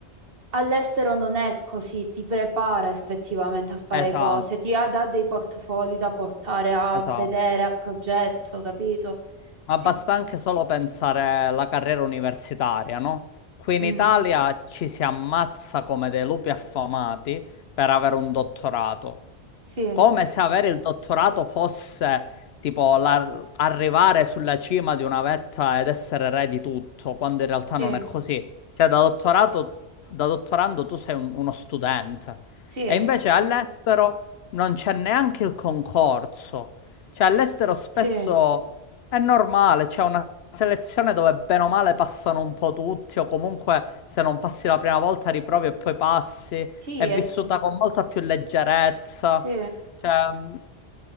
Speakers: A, on the right; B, on the left.
A: All'estero non è così, ti prepara effettivamente a fare
B: esatto,
A: cose, ti ha- dà dei portfoli da portare a
B: esatto.
A: vedere, a progetto, capito?
B: Ma
A: Sì,
B: basta anche solo pensare alla carriera universitaria, no? Qui in
A: mm,
B: Italia ci si ammazza come dei lupi affamati per avere un dottorato
A: sì,
B: come se avere il dottorato fosse tipo la- arrivare sulla cima di una vetta ed essere re di tutto, quando in realtà
A: sì,
B: non è così. Cioè, da dottorato, da dottorando tu sei un- uno studente.
A: sì,
B: E invece all'estero non c'è neanche il concorso. Cioè, all'estero spesso
A: sì.
B: è normale, c'è una selezione dove bene o male passano un po' tutti, o comunque se non passi la prima volta riprovi e poi passi.
A: Sì,
B: È
A: è
B: vissuta
A: ti-
B: con molta più leggerezza.
A: sì,
B: Cioè, mh,